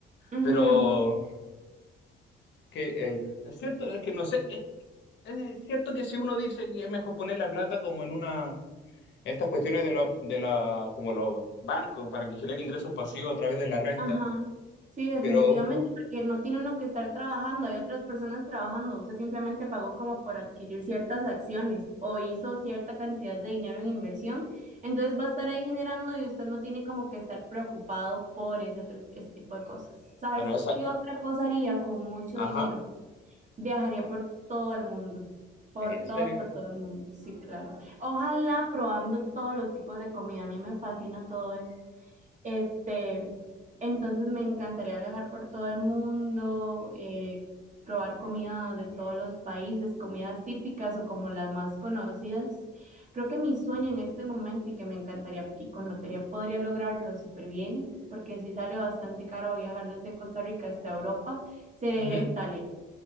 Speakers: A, on the right; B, on the left.
A: ujú,
B: Pero
A: ujú.
B: que eh, es cierto, es que no sé, es, es cierto que si uno dice que es mejor poner la plata como en una, en estas cuestiones de, lo- de la, como los bancos, para que generen ingresos pasivos a través de la renta.
A: Ajá. Sí, definitivamente,
B: Pero,
A: porque no tiene uno que estar trabajando, hay otras personas trabajando. Usted simplemente pagó como por adquirir ciertas acciones o hizo cierta cantidad de dinero en inversión. Entonces va a estar ahí generando y usted no tiene como que estar preocupado por ese otro, ese tipo de cosas. ¿Sabes
B: bueno, esa,
A: qué otra cosa haría con mucho
B: ajá,
A: dinero? Viajaría por todo el mundo, por
B: en serio.
A: todo, por todo el mundo, sí, claro. Ojalá probando todos los tipos de comida, a mí me fascina todo eso. Este, entonces me encantaría viajar por todo el mundo, eh, probar comida de todos los países, comidas típicas o como las más conocidas. Creo que mi sueño en este momento y que me encantaría y con lotería podría lograrlo súper bien, porque sí sale bastante caro viajar desde Costa Rica hasta Europa, sería
B: Ujú.
A: ir a Italia.